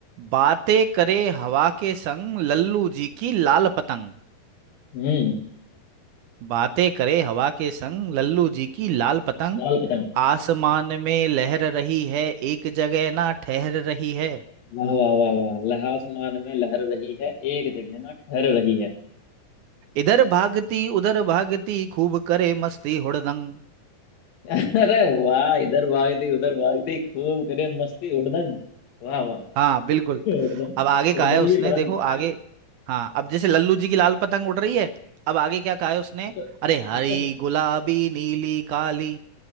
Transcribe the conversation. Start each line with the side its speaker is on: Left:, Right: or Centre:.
Right: बातें करे हवा के संग लल्लू जी की लाल पतंग
Left: हम्म
Right: बातें करे हवा के संग लल्लू जी की लाल पतंग
Left: लाल पतंग
Right: आसमान में लहर रही है एक जगह ना ठहर रही है
Left: वाह वाह वाह वाह लह आसमान में लहर रही है एक जगह ना ठहर रही है
Right: इधर भागती उधर भागती खूब करे मस्ती हुड़दंग
Left: <laughs> अरे वाह इधर भाग दी उधर भाग दी खूब करे मस्ती उड़दंग वाह वाह
Right: हाँ बिल्कुल
Left: उड़दंग
Right: अब आगे कहा
Left: उड़दंग
Right: है उसने
Left: की पतंग
Right: देखो आगे हाँ अब जैसे लल्लू जी की लाल पतंग उड़ रही है अब आगे क्या कहा है उसने
Left: ये तो
Right: अरे हरी
Left: इसको
Right: गुलाबी नीली काली